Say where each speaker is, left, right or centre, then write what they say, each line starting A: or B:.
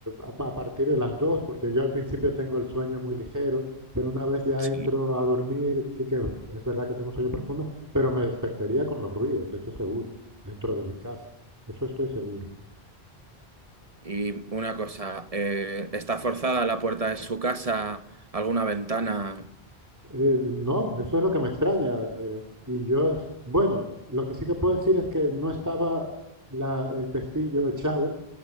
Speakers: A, on the right; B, on the right.
A: a, pa- a partir de las dos, porque yo al principio tengo el sueño muy ligero, pero una vez ya
B: sí.
A: entro a dormir, sí que es verdad que tengo un sueño profundo, pero me despertaría con los ruidos, eso seguro, dentro de mi casa. Eso estoy seguro.
B: Y una cosa, eh, ¿está forzada la puerta de su casa? ¿Alguna ventana?
A: Eh, no, eso es lo que me extraña. eh, y yo, s- bueno, lo que sí que puedo decir es que no estaba la- el pestillo echado,